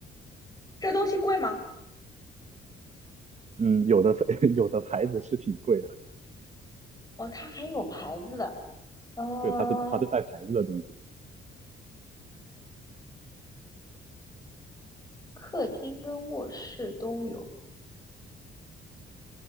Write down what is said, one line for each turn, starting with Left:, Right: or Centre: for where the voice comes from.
Left: 这东西贵吗？
Right: 嗯，有的 <laughs> 有的牌子是挺贵的，
Left: 哦，它还有牌子的。啊。
Right: 对，它是它是带牌子的东西。
Left: 客厅跟卧室都有。